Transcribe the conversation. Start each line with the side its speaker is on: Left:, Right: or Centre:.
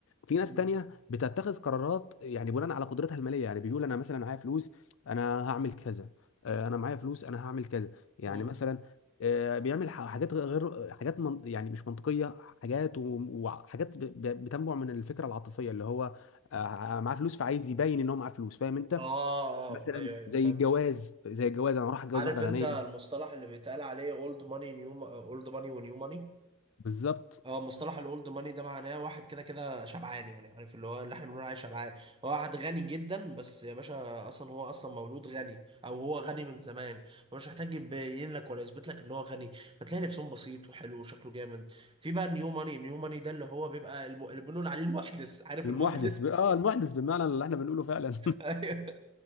Left: في ناس
Right: مم.
Left: تانية بتتخذ قرارات يعني بناء على قدرتها المالية يعني بيقول أنا مثلا معايا فلوس أنا هعمل كذا آه، أنا معايا فلوس أنا هعمل كذا يعني
Right: مم.
Left: مثلا آه، بيعمل ح- حاجات غير حاجات من يعني مش منطقية حاجات و- وحاجات ب- ب- بتنبع من الفكرة العاطفية اللي هو آه، معاه فلوس فعايز يبين إن هو معاه فلوس فاهم أنت
Right: اه
Left: مثلا
Right: آه. ايوه ايوه
Left: زي
Right: فاهم
Left: الجواز زي الجواز أنا راح أتجوز
Right: عارف
Left: واحدة
Right: انت
Left: غنية
Right: المصطلح اللي بيتقال عليه اولد ماني نيو اولد ماني ونيو ماني
Left: بالظبط
Right: اه مصطلح الاولد ماني ده معناه واحد كده كده شبعان يعني عارف اللي هو اللي احنا بنقول عليه شبعان هو واحد غني جدا بس يا باشا اصلا هو اصلا مولود غني او هو غني من زمان مش محتاج يبين لك ولا يثبت لك ان هو غني فتلاقي لبسهم بسيط وحلو وشكله جامد في بقى النيو ماني النيو ماني ده اللي هو بيبقى الم... اللي بنقول عليه المحدث عارف
Left: المحدث
Right: المحدث
Left: ب... اه المحدث بمعنى اللي احنا بنقوله فعلا
Right: <laughs> ايوه